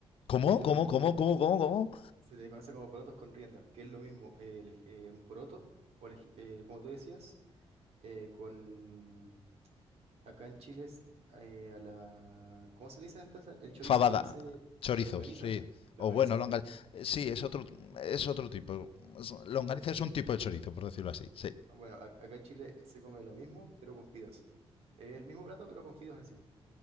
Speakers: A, on the left; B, on the right.
A: ¿Cómo?
B: Es lo
A: ¿Cómo?
B: mismo.
A: ¿Cómo? ¿Cómo? ¿Cómo? ¿Cómo?
B: Se le conoce como porotos con rienda, que es lo mismo. eh, lej- eh, un poroto, o lej- eh, como tú decías. eh, con acá en Chile es, eh, a la ¿cómo se le dice a esta sal- El chorizo
A: Fabada.
B: se le dice
A: Chorizos,
B: longaniza,
A: sí.
B: longaniza.
A: O bueno, longaniza. Sí, es otro, es otro tipo. Es- Longaniza
B: Eh,
A: es un tipo de chorizo, por decirlo así. Sí.
B: bueno, ac- acá en Chile se come lo mismo, pero con fideos. Eh, el mismo plato, pero con fideos encima.